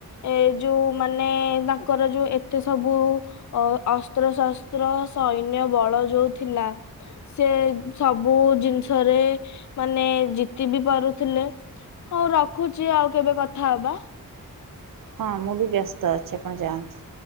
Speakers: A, on the left; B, on the right.
A: ଏ ଯୋଉ ମାନେ ତାଙ୍କର ଯୋଉ ଏତେ ସବୁ ଅ ଅସ୍ତ୍ରଶସ୍ତ୍ର ସୈନ୍ୟ ବଳ ଯୋଉ ଥିଲା। ସେ ସବୁ ଜିନିଷରେ ମାନେ ଜି ତି ବି ପାରୁଥିଲେ ହଉ ରଖୁଛି ଆଉ କେବେ କଥା ହବା।
B: ହଁ ମୁଁ ବି ବ୍ୟସ୍ତ ଅଛି ଆପଣ ଯାଆନ୍ତି।